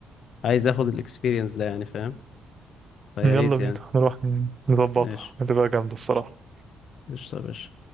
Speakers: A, on the left; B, on the right.
A: عايز اخد الاكسبيرينس ده يعني فاهم فيا
B: يلا
A: ريت
B: بينا
A: يعني
B: نروح نظبطها
A: ماشي
B: هتبقى جامدة الصراحة
A: قشطة يا باشا